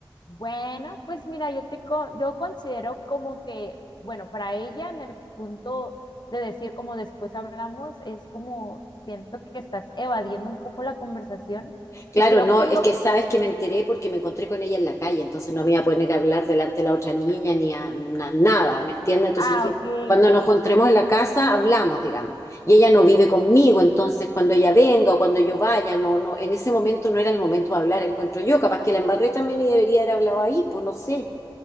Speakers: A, on the left (about 50°); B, on the left (about 30°).
A: Bueno, pues mira, yo te co- yo considero como que, bueno, para ella en el punto de decir como después hablamos, es como siento que estás evadiendo un poco la conversación
B: Claro,
A: y creo
B: no,
A: que
B: es
A: lo...
B: que sabes que me enteré porque me encontré con ella en la calle, entonces no me iba a poner a hablar delante de la otra niña ni a na- nada, ¿me entiendes? Entonces
A: Ah,
B: le dije,
A: ok.
B: cuando nos encontremos en la casa, hablamos, digamos. Y ella no vive conmigo, entonces cuando ella venga o cuando yo vaya, no, no, en ese momento no era el momento de hablar, encuentro yo, capaz que la embarré también y debería haber hablado ahí, pues no sé.